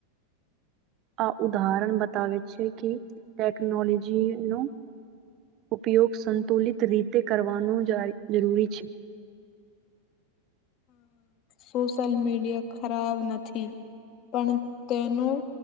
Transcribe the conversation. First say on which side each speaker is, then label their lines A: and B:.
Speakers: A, on the right (about 35°); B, on the left (about 40°).
A: આ ઉદાહરણ બતાવે છે કે ટેકનોલોજીનું ઉપયોગ સંતુલિત રીતે કરવાનું જરૂરી છે.
B: સોશલ મીડિયા ખરાબ નથી. પણ તેનું